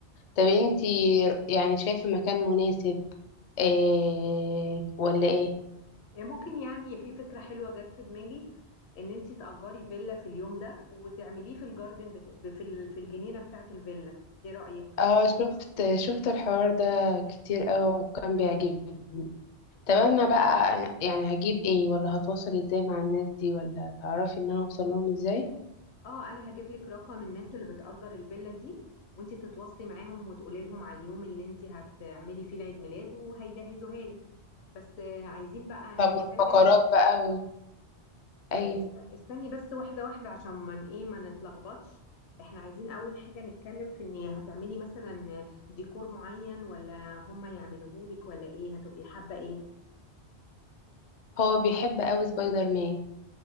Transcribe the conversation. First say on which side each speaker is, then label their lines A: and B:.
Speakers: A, on the left; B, on the left.
A: طب انتي يعني شايفة مكان مناسب إيه ولا ايه
B: آه، ممكن يعني في فكره حلوه جت في دماغي ان انت تأجري فيلا في اليوم ده وتعمليه في الجاردن بت... ب- في ال- في الجنينه بتاعه الفيلا ايه رأيك
A: اه شفت شفت الحوار ده كتير قوي وكان بيعجبني طب انا بقى يعني هجيب ايه ولا هتواصل ازاي مع الناس دي ولا تعرفي ان انا اوصل لهم ازاي
B: اه انا هجيب لك رقم الناس اللي بتأجر الفيلا دي وانتي تتواصلي معاهم وتقولي لهم على اليوم اللي انتي هتعملي فيه العيد ميلاد وهيجهزوها لك بس آه، عايزين بقى
A: طب
B: نتكلم
A: والفقرات بقى و... ايوه
B: آه، است- استني بس واحدة واحدة عشان ما ن- ايه ما نتلخبطش احنا عايزين اول حاجة نتكلم في ان هتعملي مثلا ديكور معين ولا هم يعملوه لك ولا ايه هتبقي حابة ايه
A: هو بيحب قوي سبايدر مان